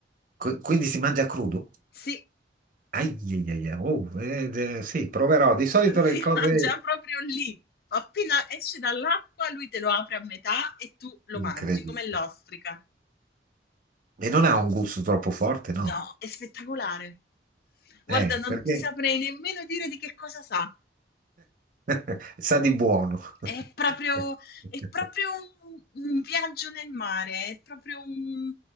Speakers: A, on the right (about 50°); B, on the left (about 55°).
A: Qu- Quindi si mangia crudo?
B: Sì,
A: Ai, ai, ai, ai. Oh, eh, eh, sì, proverò. Di solito
B: si
A: le cose.
B: <laughs> mangia proprio lì. Appena esce dall'acqua, lui te lo apre a metà e tu lo
A: Incredibile.
B: mangi come l'ostrica.
A: E non ha un gusto troppo forte, no?
B: No, è spettacolare. Guarda,
A: Eh,
B: non
A: perché
B: ti saprei nemmeno dire di che cosa sa.
A: <laughs> sa di buono.
B: È proprio,
A: <laughs>
B: è proprio un, un viaggio nel mare, è proprio un...